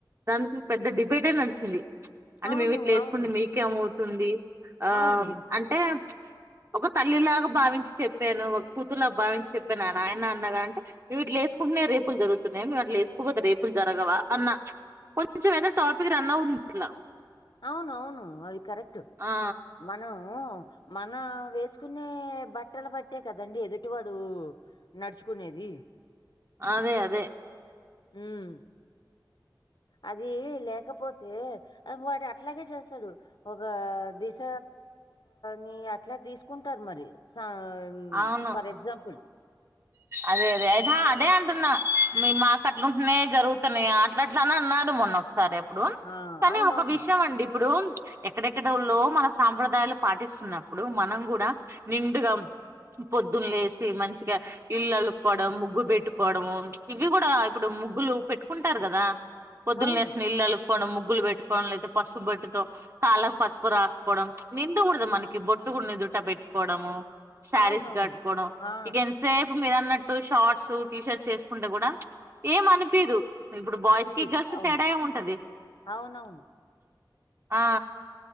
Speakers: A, on the right (about 35°); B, on the left (about 75°).
A: దానికి పెద్ద డిబేటే నడిచింది అంటే
B: అవును
A: మేము ఇట్లా వేసుకుంటే
B: అవును
A: మీకేమ స్తుంది ఆ
B: అవును
A: అంటే ఒక తల్లి లాగా భావించి చెప్పాను. ఒక కూతురి లాగా భావించి చెప్పాను. నా నాయనా అన్నగా అంటే మేము ఇట్లా వేసుకుంటనే రేపులు జరుగుతున్నాయా. మ ఇట్ల వేస్ తపోతే రేపులు జరగవా అన్న కొంచెం ఏదన టాపిక్ రన్ అవుతుంది ఇట్లా
B: అవునవును అవి కరెక్ట్
A: ఆ
B: మను ఆ మన వేసుకునే బట్టల బట్టే కదండి ఎదుటి వాడు నడుచుకునేది
A: అదే అదే
B: హ్మ్ అది లేకపోతే వాడు అట్లాగే చేస్తాడు ఒక దిశ ని అట్లా తీసుకుంటారు మరి సా ఇం
A: అవును
B: ఫర్ ఎక్సాంపుల్
A: అదే అదే అయినా అదే అంటున్న మే మాట అట్లుంటేనే జరుగు తనే అట్ల అట్లానే అన్నారు మొన్న ఒకసారి ఉమ్
B: ఆ!
A: తనే
B: అవునవును.
A: ఒక విషయం అండి ఇప్పుడు ఎక్కడెక్కడల్లో మన సాంప్రదాయాలు పాటిస్తున్నప్పుడు, మనం కూడా నిండుగా పొద్దున్న లేసి మంచిగా, ఇల్లు అలుక్కోవడం, ముగ్గు పెట్టుకోవడము, ఇవి కూడా ఇప్పుడు ముగ్గులు పెట్టుకుంటారు కదా. పొద్దున
B: అవును.
A: లేసి పిల్లలు ముగ్గులు పెట్టుకోవడం లేకాపోతే, పసుపు బొట్టుతో కాళ్ళకు పసుపు రాసుకోవడం, నిండకూడదు మనకి బొట్టు కూడా నిదుట పెట్టుకోవడము. శారీస్
B: అవునవును.
A: గట్ కోవడం
B: ఆ!
A: ఇగీన్స్ ఇప్పుడు మీరు అన్నట్టు షార్ట్స్ టీ షర్ట్స్ వేసుకుంటే కూడా ఏం అనిపిదు. ఇప్పుడు బాయ్స్
B: అనిపీదు.
A: కి గర్ల్స్ కి
B: అవును.
A: తేడా ఏమి ఉంటది
B: అవునవును.
A: ఆ